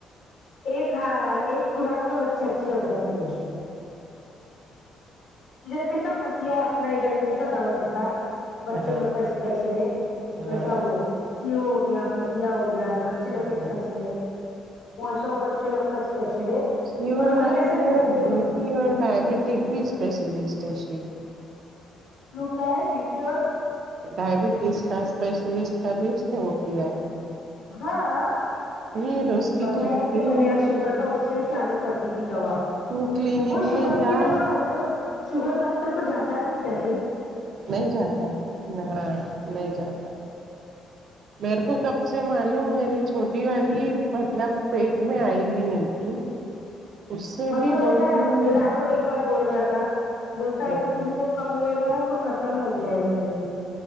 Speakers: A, on the left; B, on the right.
A: ایک ہاں ایک خوراک میں بچے اچھے ہو جاتے بولتے ادھر کیسا مسیحا اپنا ادھر کیسا دوا دیتا ہے بچے
B: ہاں
A: لوگ کا اسپیشل ہے
B: ہاں
A: جیسا وہ شیو ہو گیا مسیحا ہو گیا ہے چے لوگ
B: ہاں
A: کے اسپیشل ہے ویسے وہ بچے لوگ کا اسپیشل ہے
B: یوں
A: اور ادھر
B: معلوم
A: کیسے
B: ہوا
A: لوٹتے
B: بی
A: بابا
B: پی اور ڈائبٹیز کی اسپیشلسٹ ہے شیو
A: بولو کیا ہے بی پی اور
B: ڈائبٹیز کا اسپیشلسٹ کا بھی اس نے وہ کیا ہے
A: ہاں
B: میر اس کی
A: بتائ
B: تو
A: دیتے
B: کلینک
A: پہلے یار شوگر کا اس چالو کرتی تھی دوا
B: تو کلینک
A: وہ
B: میں
A: شوگر
B: جا
A: کی دوا شوگر لگتا تو جاتا نہیں کیا فر
B: نہیں جاتا ہاں نہیں جاتا میرے کو سب سے معلوم میری چھوٹی والی مطلب پیٹ میں آئی بھی نہیں تھی اس سے
A: مطلب
B: بھی دو
A: ایسا
B: تین
A: راوت ایک بار بول رہا تھا بولتا
B: ہاں،
A: ایسا تم کو کم رہے گا نا تو ختم ہو جائے گا بولے